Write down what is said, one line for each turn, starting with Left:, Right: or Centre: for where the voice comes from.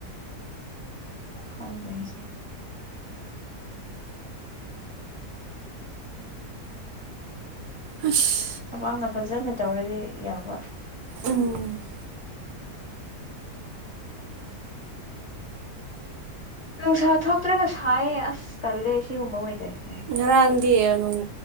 Left: ꯈꯪꯗꯦ ꯍꯥꯏꯁꯦ
Right: ꯑꯁ
Left: ꯊꯕꯥꯡꯅ ꯐꯖꯅ ꯇꯧꯔꯗꯤ ꯌꯥꯕ
Right: ꯎꯝ
Left: ꯅꯨꯡꯁꯥ ꯊꯣꯛꯇ꯭ꯔꯒ ꯁꯥꯏꯌꯦ ꯑꯁ ꯇꯜꯂꯦ ꯁꯤꯒꯨꯝꯕ ꯑꯣꯏꯗꯣꯏꯔꯁꯦ
Right: ꯉꯔꯥꯡꯗꯤ ꯅꯨꯡ